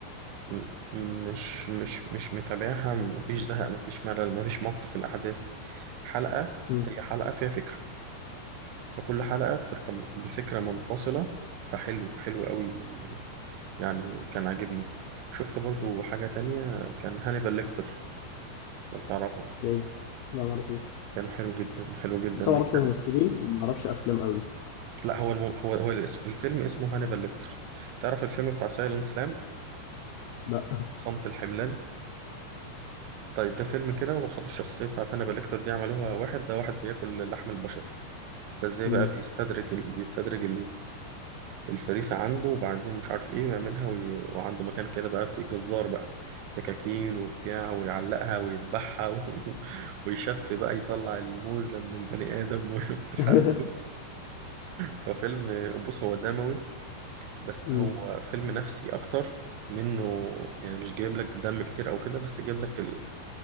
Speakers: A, on the right (about 85°); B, on the left (about 85°).
A: م- مش مش مش متابعها مفيش زهق مفيش ملل مفيش مط في الأحداث حلقة
B: مم.
A: هي حلقة فيها فكرة فكل حلقة بفكرة بفكرة منفصلة فحلو حلو قوي يعني كان عاجبني شفت برضو حاجة تانية كان هانيبال ليكتر لو تعرفه
B: ده إيه ده؟ لا ما اعرفوش
A: كان حلو جدا حلو جدا
B: بس أنا ما
A: بيتكلم
B: اعرفش ممثلين وما اعرفش افلام قوي
A: لا هو المو... هو هو الاس- الفيلم اسمه هانيبال ليكتر تعرف الفيلم بتاع سايلنس سلام
B: لا
A: صمت الحملان طيب ده فيلم كده وخدوا الشخصية بتاعت هانيبال ليكتر دي عملوها واحد ده واحد بياكل لحم البشر فازاي
B: مم.
A: بقى بيستدرج ال... بيستدرج الفريسة عنده وبعدين مش عارف ايه ويعملها وي... وعنده مكان كده بقى في جزار بقى سكاكين وبتاع ويعلقها ويذبحها و... <laughs> ويشف بقى يطلع الموزة من البني آدم و- <laughs> ومش
B: <laughs>
A: عارف ففيلم بص هو دموي بس
B: مم.
A: هو فيلم نفسي أكتر منه يعني مش جايب لك دم كتير أو كده بس جايب لك ال...